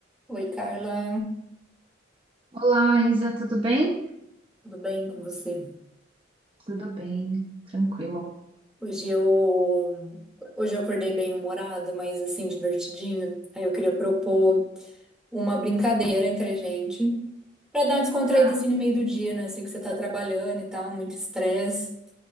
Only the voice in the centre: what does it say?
Oi, Carla,
tudo bem com você?
Hoje eu hoje eu acordei bem humorada, mas assim divertidinha. Aí eu queria propor uma brincadeira entre a gente pra dar uma descontraída
assim no meio do dia, né? Sei que você tá trabalhando e tal, muito estresse.